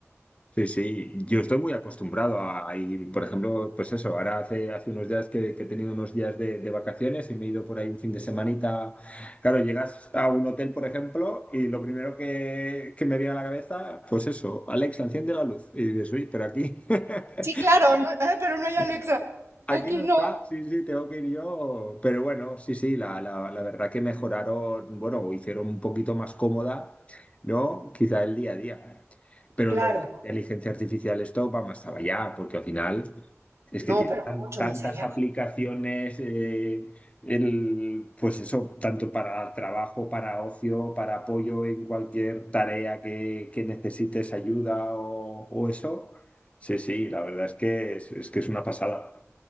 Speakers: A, on the left; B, on the right.
A: Sí, sí, yo estoy muy acostumbrado a a ir, por ejemplo, pues eso, ahora hace, hace unos días que, que he tenido unos días de, de vacaciones y me he ido por ahí un fin de semanita. Claro, llegas a un hotel, por ejemplo, y lo primero que, que me viene a la cabeza, pues eso, Alexa, enciende la luz. Y dices, uy, pero aquí, <laughs>
B: Sí, claro, no, "Ay, pero no hay Alexa.
A: Aquí
B: Aquí
A: no
B: no.
A: está, sí, sí, tengo que ir yo. Pero bueno, sí, sí, la, la, la verdad que mejoraron, bueno, hicieron un poquito más cómoda, ¿no? Quizá el día a día. Pero
B: Claro,
A: lo de la inteligencia artificial, esto va más allá, porque al final es que
B: no,
A: tiene
B: pero
A: tan-
B: mucho
A: tantas
B: más allá.
A: aplicaciones, eh, el, pues eso, tanto para trabajo, para ocio, para apoyo en cualquier tarea que, que necesites ayuda o, o eso. Sí, sí, la verdad es que es es que es una pasada.